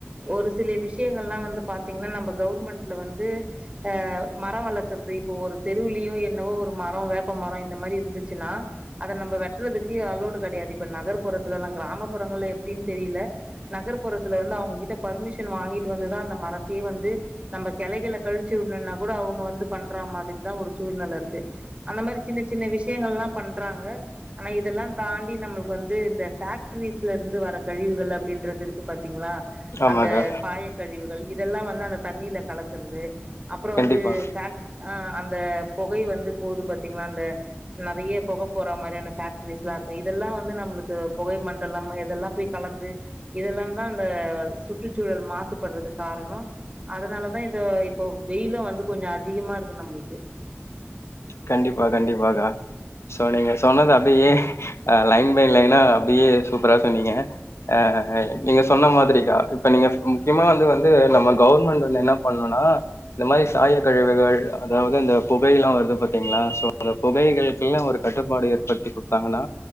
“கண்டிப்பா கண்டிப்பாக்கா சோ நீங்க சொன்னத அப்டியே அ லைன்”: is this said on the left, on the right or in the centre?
Left